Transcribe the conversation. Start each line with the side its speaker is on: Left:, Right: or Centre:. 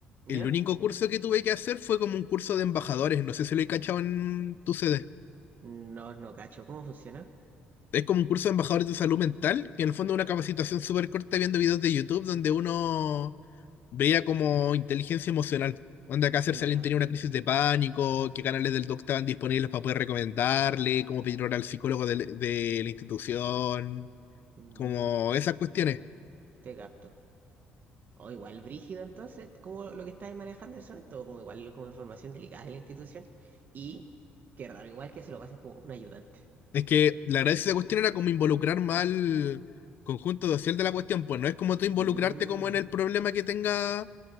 Right: ¿Ya?
Left: el único curso que tuve que hacer fue como un curso de embajadores. No sé si lo he cachado en tu CD.
Right: No, no cacho, ¿cómo funciona?
Left: Es como un curso de embajadores de salud mental, que en el fondo es una capacitación súper corta viendo videos de YouTube donde uno Veía como inteligencia emocional. Onda, acá hacerse
Right: Ya,
Left: alguien tenía una crisis de pánico, qué canales del doc estaban disponibles para poder recomendarle, cómo pedir hora al psicólogo del- de, la institución,
Right: mm,
Left: como esas cuestiones.
Right: te capto. O igual brígido, entonces, como lo que estáis manejando en ese momento, como igual como información delicada de la institución. Y qué raro, igual que se lo pasen como un ayudante.
Left: Es que la gracia de esa cuestión era como involucrar más al conjunto social
Right: Como,
Left: de la cuestión, pues no es como tú involucrarte
Right: mm,
Left: como en el problema que tenga